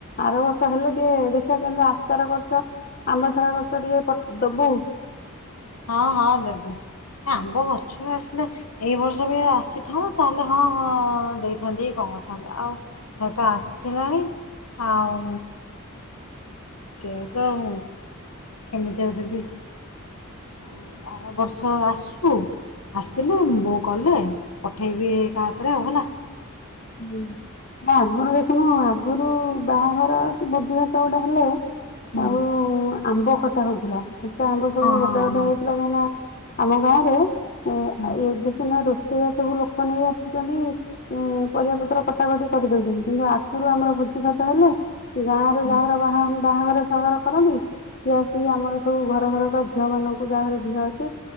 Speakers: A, on the left; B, on the left.
A: ଆର ବର୍ଷ ହେଲେ ଟିକେ ଦେଖିବା କେମିତିକ ଆଚାର କରଛ ଆମ୍ବ ସାରା କରଛ ଟିକେ ଦବୁ।
B: ହଁ ହଁ ଦେବି ଆମ୍ୱ ପଛରେ ଆସିଲେ ଏଇ ବର୍ଷ ବି ଆସିଥାନ୍ତା। ତାହେଲେ ହଁ ଦେଇଥାନ୍ତି କଣ କରିଥାନ୍ତେ ଆଉ ହଏତ ଆସିଲାଣି ଆଉ ସେଆ ତ ଆଉ କେମିତି ଆଉ ଦେବି। ଆଉ ଆର ବର୍ଷ ଆସୁ ଆସିଲେ ବୋଉ କଲେ ପଠେଇବି କା ହାତରେ ଆଉ ହେଲା।
A: ହୁଁ ନା ଆଗରୁ ଦେଖୁନୁ ଆଗରୁ ବାହାଘର କି ଭୋଜି ଭାତ ଗୋଟେ ହେଲେ
B: ହଁ।
A: ଆଉ ଆମ୍ବ ଖଟା ହଉଥିଲା ଆ ଆମ୍ୱ ସବୁ ଗଦା
B: ହଁ ହଁ
A: ଗଦା ହେଇଥିଲା କାଁକ ନା ଆମ ଗାଁ ରେ ଏ
B: ହୁଁ
A: ଏ ବି ସିନା ରୋଷେଇଆ ସବୁ ଲୋକମାନେ ଆସୁଛନ୍ତି ଏ ପରିବାପତ୍ର କଟାକଟି କରିଦେଉଛନ୍ତି। କିନ୍ତୁ ଆଗରୁ ଆମର ଭୋଜି ଭାତ ହେଲେ ଗାଁରେ
B: ହୁଁ
A: ଯାହାର ବା ବାହାଘର ସାଘର କରନ୍ତି ସିଏ ଆସିକି ଆମର ସବୁ ଘର ଘର ବା ଝିଅମାନଙ୍କୁ ଯାହାର ଝିଅ ଅଛି